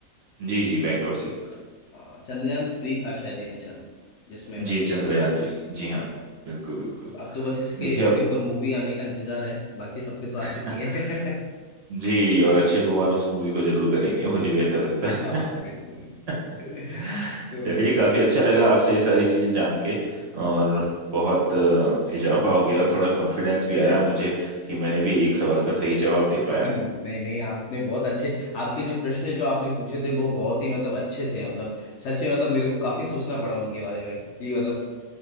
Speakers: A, on the right (about 55°); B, on the left (about 65°).
A: लिए। जी जी बैंगलोर से बात
B: हाँ चंद्रयान थ्री था शायद ये मिशन जिसमें
A: जी
B: मतलब
A: चंद्रयान
B: तो
A: थ्री जी हाँ बिल्कुल बिल्कुल
B: अब तो बस इसके
A: देखिए
B: इसके
A: आप
B: ऊपर मूवी आने का इंतजार है बाकी सब पे तो आ
A: <laughs>
B: चुकी है <laughs>
A: जी और अक्षय कुमार उस मूवी को जरूर करेंगे मुझे भी ऐसा लगता
B: हाँ
A: है
B: बिल्कुल बिल्कुल।
A: <laughs>
B: तो
A: चलिए काफी अच्छा लगा आपसे ये सारी चीजें जान के और
B: <laughs>
A: बहुत अ, इजाफा हो गया थोड़ा कॉन्फिडेंस भी आया मुझे कि मैंने भी एक सवाल का सही जवाब दे पाया
B: नहीं नहीं आपने बहुत अच्छे आपके जो प्रश्न जो आपने पूछे थे वो बहुत ही मतलब अच्छे थे मतलब सच में मतलब मेरे को काफी सोचना पड़ा उनके बारे में कि मतलब